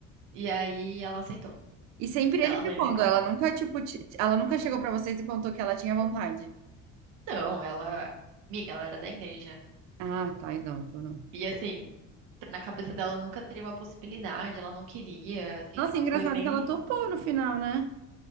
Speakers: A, on the right; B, on the right.
A: E aí ela aceitou.
B: E sempre
A: Daí
B: ele
A: ela
B: propondo.
A: veio me contar.
B: Ela nunca, tipo, ti- ela nunca chegou pra vocês e contou que ela tinha vontade.
A: Não, ela, amiga, ela era da igreja.
B: Ah, tá, então, então não.
A: E assim, na cabeça dela nunca seria uma possibilidade, ela não queria, assim,
B: Nossa,
A: ela
B: engraçado
A: foi bem,
B: que
A: re-
B: ela topou no final, né?